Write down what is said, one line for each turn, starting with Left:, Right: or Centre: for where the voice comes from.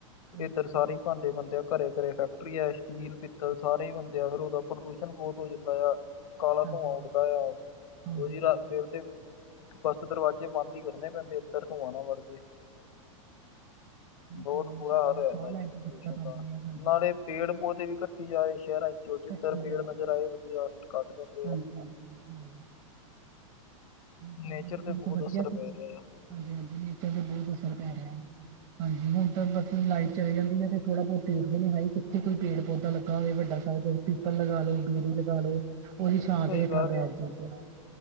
Right: ਠੀਕ
Left: ਇੱਧਰ
Right: ਹੈ ਜੀ
Left: ਸਾਰੀ। ਭਾਂਡੇ ਬਣਦੇ ਆ ਘਰੇ ਘਰੇ ਫੈਕਟਰੀ ਹੈ ਸਟੀਲ ਪਿੱਤਲ ਸਾਰੇ ਹੀ ਬਣਦੇ ਆ ਫਿਰ ਉਹਦਾ ਪ੍ਰਦੂਸ਼ਣ ਬਹੁਤ ਹੋ ਜਾਂਦਾ ਆ। ਕਾਲਾ
Right: ਹਾਂਜੀ
Left: ਧੂੰਆਂ ਉੱਡਦਾ ਆ।
Right: ਹਾਂਜੀ
Left: ਉਹ ਜੀ ਰਾਤ ਫੇਰ ਤੇ ਬਸ ਦਰਵਾਜ਼ੇ ਬੰਦ ਹੀ ਕਰਨੇ ਪੈਂਦੇ ਅੰਦਰ ਧੂਆ ਨਾ ਵੜ ਜੇ। ਬਹੁਤ
Right: ਪ੍ਰੋਬਲਮ
Left: ਬੁਰਾ ਹਾਲ
Right: ਸਾਹ
Left: ਹੋਇਆ
Right: ਲੈਣ
Left: ਜੀ ਪ੍ਰਦੂਸ਼ਣ
Right: ਚ ਦਿੱਕਤ ਆਉਂਦੀ
Left: ਦਾ
Right: ਹੈ ਹਾਂਜੀ
Left: ਨਾਲੇ। ਪੇੜ ਪੌਦੇ ਵੀ ਕੱਟੀ ਜਾ ਰਹੇ ਸ਼ਹਿਰਾਂ ਚੋਂ ਜਿੱਧਰ
Right: ਸਤਿ ਸ਼੍ਰੀ
Left: ਪੇੜ
Right: ਅਕਾਲ
Left: ਨਜ਼ਰ ਆਏ ਵਧੀਆ ਕੱਟ ਜਾਂਦੇ।
Right: ਹਾਂਜੀ ਹਾਂਜੀ ਹਾਂ ਪੁਰਾਣੇ
Left: ਨੇਚਰ
Right: ਬਜ਼ੁਰਗ
Left: ਤੇ ਬਹੁਤ
Right: ਵਧੀਆ
Left: ਅਸਰ ਪੈ
Right: ਸੀ। ਹਾਂਜੀ
Left: ਰਿਹਾ ਹੈ
Right: ਹਾਂਜੀ ਨੇਚਰ ਤੇ ਬਹੁਤ ਅਸਰ ਪੈ ਰਿਹਾ। ਹਾਂਜੀ ਹੁਣ ਤਾਂ ਬਸ ਲਾਈਟ ਚਲੇ ਜਾਂਦੀ ਹੈ ਤੇ ਥੋੜਾ ਬਹੁਤ ਦੇਖਦੇ ਨੇ ਹਾਏ ਕਿੱਥੇ ਕੋਈ ਪੇੜ ਪੌਦਾ ਲੱਗਾ ਹੋਵੇ ਵੱਡਾ। ਫਿਰ ਪਿੱਪਲ ਲਗਾ ਲਉ ਬੇਰੀ ਲਗਾ ਲਉ ਉਹਦੀ ਛਾਂ
Left: ਸਹੀ
Right: ਦੇ ਹੇਠਾਂ
Left: ਗੱਲ
Right: ਬੈਠ
Left: ਹੈ
Right: ਜਾ ਕੇ।